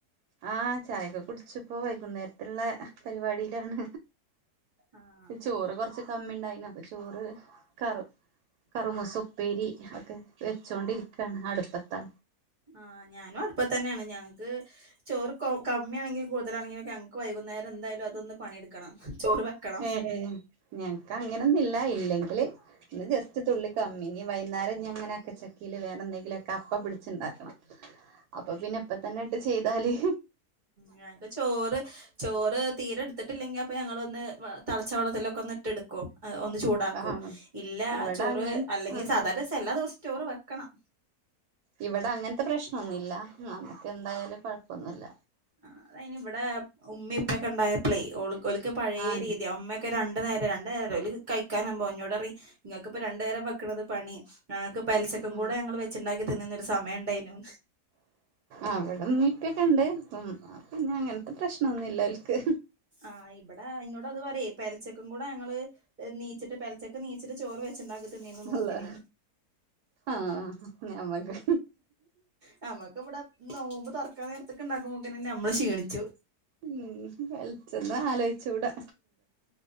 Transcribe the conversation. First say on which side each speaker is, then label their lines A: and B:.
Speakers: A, on the right (about 80°); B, on the right (about 40°).
A: ആ ചായൊക്കെ കുടിച്ച് ഇപ്പോ വൈകുന്നേരത്തുള്ള- പരിപാടിയിലാണ്
B: ആഹ്
A: ചോറ് കൊർ ച്ച് കമ്മി ണ്ടായ് ന്നു ചോറ് കറു കറുമൂസ ഉപ്പേരി ഒക്കെ വെച്ചോ ണ്ടിരിക്കാ ണ് അടുപ്പത്താ
B: ആഹ് ഞാനും അടുപ്പത്തന്നെ ണ് ഞങ്ങക്ക്- ചോറ് കൊ- കമ്മിയ ആണെങ്കി കൂടുതലാണങ്കില് ഞങ്ങക്ക് വൈകുന്നേരം എന്തായാലും അതൊന്ന് പണിയെടുക്കണം ചോറ്- വെക്കണം
A: ഏഹ് ഞങ്ങക്ക് അങ്ങനെന്നും ഇല്ല ഇല്ലെങ്കില് ഇന്ന് ജസ്റ്റ് തുള്ളി കമ്മി ഇനി വൈന്നേരം ഇഞ്ഞി ങ്ങനെക്കെ ചക്കിൽ വേറെ ന്തെ ന്തെങ്കിലൊക്കെ അ പ്പ പിടിച്ചുണ്ടാക്കണം അപ്പൊ പിന്നെ ഇപ്പ തന്നെയിട്ട് ചീ താല്
B: ഞങ്ങക്ക് ചോറ് ചോറ് തീരെടു- ത്തിട്ടില്ലെങ്കിൽ അപ്പ ഞങ്ങളൊന്ന് തെളച്ച വെള്ളത്തിലൊക്കെ ഒന്നിട്ട് എടുക്കും ഒ- ചൂടാക്കും
A: ആഹ്
B: ഇല്ല
A: ഇവിടെ
B: ചോറ്
A: അങ്ങൻ
B: അല്ലെങ്കിൽ
A: ആഹ്
B: സാധാരണ എല്ലാ ദിവസവും ചോറ് വെക്കണം
A: ഇവിടെ അങ്ങനത്തെ പ്രശ്നൊന്നുല്ല നമ്മുക്ക് എന്തായാലും കുഴപ്പൊന്നുല്ല
B: ആഹ്. അയിന് ഇവിടെ ഉമ്മി ഉപ്പൊക്കെ ഉണ്ടായ പ്പ ളേ ഓൾ ഓ ൽ ക്ക് പഴേ
A: ആഹ്
B: രീതിയ ഉമ്മ ക്ക രണ്ടു നേരം രണ്ടു നേരം ഓല് കഴിക്കാനാവുമ്പോ എന്നോടറിം ങ്ങക്കിപ്പോ രണ്ടു നേരം വെക്ക് ണത് പണി- ഞങ്ങക്ക് പൽ ശക്കും
A: ഉം
B: കൂടെ ഞങ്ങൾ വെച്ചുണ്ടാക്കി തിന്നുന്നൊരു സമയണ്ടായ് ന്നു
A: അവിടന്ന് ഇപ്പൊക്കെ ഉണ്ട് പിന്നെ അങ്ങനത്തെ പ്രശ്നൊന്നുമല്ല ഓ ൽ ക്ക്
B: ആഹ് ഇവിടെ എന്നോട് അത് പറിം പെൽ ച്ചക്കും കൂടെ ഞങ്ങള് നീച്ചിട്ട് പെൽ ച്ചക്ക് നീച്ചി- ച്ചി ട്ട് ചോറ് വെച്ചിണ്ടാക്കി ത്തിന്നെന്നു നോമ്പിന്
A: അള്ളാ ആഹ് ഞമക്ക്
B: ഞമ്മക്ക് ഇവിടെ നോമ്പ് തുറക്കാ നേരത്തക്ക ഉണ്ടാക്കുമ്പോത്ത് നന്നെ നമ്മൾ ക്ഷണിച്ചു
A: ഉം വെൽചെണ്ണ ആലോചിച്ചുകൂടാ